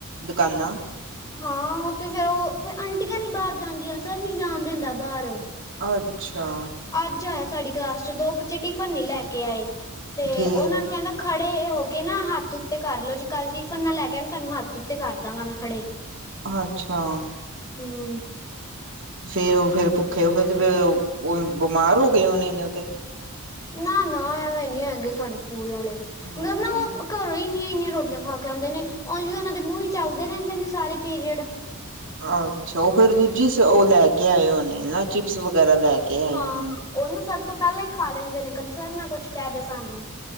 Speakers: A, on the right; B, on the left.
A: ਦੁਕਾਨਾਂ।
B: ਹਾਂ ਉਹ ਤੇ ਫੇਰ ਉਹ ਫ, ਆਂਟੀਆਂ ਨੀ ਬਾਹਰ ਜਾਂਦੀਆਂ ਸਰ ਨੀ ਜਾਣ ਦਿੰਦਾ ਬਾਹਰ।
A: ਅੱਛਾ।
B: ਅੱਜ ਆਇਆ ਸਾਡੀ ਕਲਾਸ ਚ ਦੋ ਬੱਚੇ ਟਿਫਨ ਨੀ ਲੈ ਕੇ ਆਏ, ਤੇ
A: ਫੇਰ
B: ਉਹਨਾਂ ਨੂੰ ਕਹਿੰਦਾ ਖੜੇ ਹੋ ਕਹਿਣਾ ਹੱਥ ਉੱਤੇ ਕਰ ਲੋ ਜੇ ਕੱਲ ਟਿਫਨ ਨਾ ਲੈ ਕੇ ਆਏ ਤੁਹਾਨੂੰ ਹੱਥ ਉੱਤੇ ਕਰ ਕਰਦਾਂਗਾ ਮੈਂ ਖੜੇ,
A: ਅੱਛਾ
B: ਹੂੰ।
A: ਫੇਰ ਉਹ ਫੇਰ ਭੁੱਖੇ ਉਹ ਹੋ ਜਿਵੇਂ ਓ, ਉਹ ਬਿਮਾਰ ਹੋ ਗਏ ਹੋਣੇ ਨੇ ਓ ਤੇ।
B: ਨਾ-ਨਾ ਐਵੇਂ ਨੀ ਹੈਗੇ ਸਾਡੇ ਸਕੂਲ ਆਲੇ, ਮਤਲਬ
A: ਅੱਛਾ
B: ਨਾ ਉਹ ਘਰੋਂ ਈ ਇੰਨੀਆਂ-ਇੰਨੀਆਂ ਰੋਟੀਆਂ ਖਾ ਕੇ ਆਉਂਦੇ ਨੇ, ਉਂਝ ਵੀ ਉਹਨਾਂ ਦੇ ਮੂੰਹ ਈ ਚੱਲਦੇ ਰਹਿੰਦੇ ਨੇ ਸਾਰੇ ਪੀਰੀਅਡ।
A: ਅੱਛਾ ਉਹ ਫੇਰ ਦੂਜੀ ਉਹ ਲੈ ਕੇ ਆਏ ਹੋਣੇ ਨਾ ਚਿਪਸ ਵਗੈਰਾ ਲੈ ਕੇ ਆਏ
B: ਹਾਂ,
A: ਹੋਣੇ
B: ਉਹ ਨਾ ਸਰ ਤੋਂ ਪਹਿਲਾਂ ਈ ਖਾ ਲੈਂਦੇ ਨੇ, ਕਦੇ ਸਰ ਨਾ ਕੁਛ ਕਹਿ ਦੇ ਸਾਨੂੰ।